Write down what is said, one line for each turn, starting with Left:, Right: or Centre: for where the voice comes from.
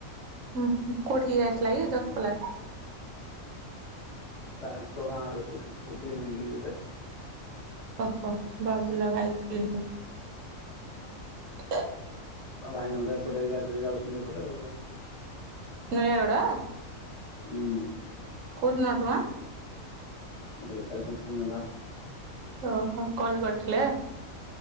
Right: ହୁଁଁ, ହୁଁ କୋଉଠିକି ଆଇଥିଲା କି? <unintelligible>
Left: ତାଙ୍କ ଗାଁରେ କଉଠି <unintelligible> ନେଇକି ଗୋଟେ
Right: ଅ ହୋ, ବାବୁଲା ଭାଇକି ନେଇ ହ <inaudible>
Left: ଭାଇନା ତ ଏପଟେ ଏ ଗାଡିରେ ଯାଉଛନ୍ତି ଏପଟେ ଆଉ
Right: ନୂୟାଗଡ଼ା
Left: ହୁଁ।
Right: କୋଉଦିନ <unintelligible>
Left: ଏ ଚାରି ପାଞ୍ଚ ଦିନ ହେଲା
Right: ଓହୋ କଲ କରିଥିଲେ?